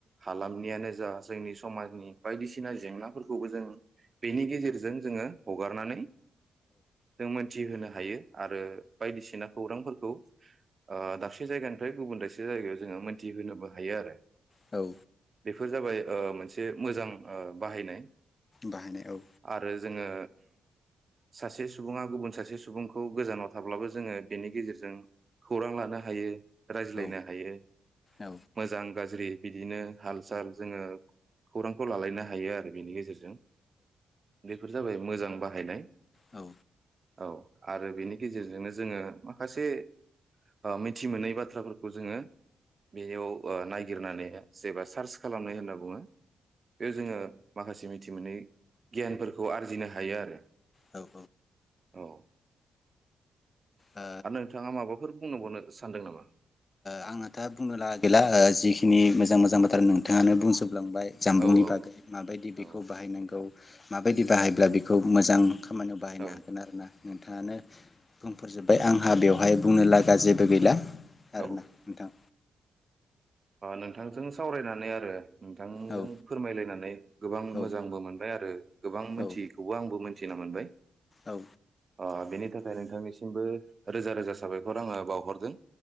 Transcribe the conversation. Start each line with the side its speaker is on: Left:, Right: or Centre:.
Right: हालामनियानो जा जोंनि समाजनि बायदिसिना जेंनाफोरखौबो जों बेनि गेजेरजों जोङो हगारनानै जों मोनथिहोनो हायो आरो बायदिसिना खौरांफोरखौ ओ दाबसे जायगानिफ्राय गुबुन दाबसे जायगायाव जोङो मोनथिहोनोबो हायो आरो
Left: औ
Right: बेफोर जाबाय ओ मोनसे मोजां ओ बाहायनाय
Left: बाहायनाय औ
Right: आरो जोङो सासे सुबुङा गुबुन सासे सुबुंखौ गोजानाव थाब्लाबो जोङो बेनि गेजेरजों खौरां लानो हायो रायज्लायनो
Left: औ
Right: हायो
Left: औ
Right: मोजां गाज्रि बिदिनो हाल साल जोङो खौरांखौ लालायनो हायो आरो बेनि गेजेरजों बेफोर जाबाय मोजां बाहायनाय
Left: औ
Right: औ आरो बेनि गेजेरजोंनो जोङो माखासे ओ मिथि मोनै बाथ्राफोरखौ जोङो बेयाव ओ नायागिरनानै जेबा सार्च खालामनाय होनना बुङो बे जोङो माखासे मिथि मोनथि मोनै गियानफोरखौ आरजिनो हायो आरो
Left: औ
Right: औ
Left: औ
Right: आरो नोंथाङा माबाफोर बुंनोबावनो सानदों नामा
Left: आंनाथ‌ बुंनो लागा गैला जिखिनि मोजां मोजां बाथ्रा नोंथाङानो बुंजोब लांबाय जामबुंनि
Right: औ औ
Left: बागै माबायदि बेखौ
Right: औ
Left: बाहायनांगौ माबायदि बाहायब्ला बेखौ मोजां? खामानियाव बाहायनो
Right: औ
Left: हागोन आरोना नोंथाङानो बुंफोरजोब ओमफ्राय आंहा बेवहाय बुंनो लागा जेबो गैला
Right: औ
Left: आरोना नोंथां
Right: नोंथांजों सावरायनानै आरो नोंथांजों
Left: औ
Right: फोरमायलायनानै गोबां
Left: औ
Right: मोजांबो मोनबाय आरो गोबां मोनथियैखौबो
Left: औ
Right: आंबो मोनथि थिना मोनबाय ओ
Left: औ
Right: बेनि थाखाय नोंथांनिसिमबो रोजा रोजा साबायखर आङो बावहरदों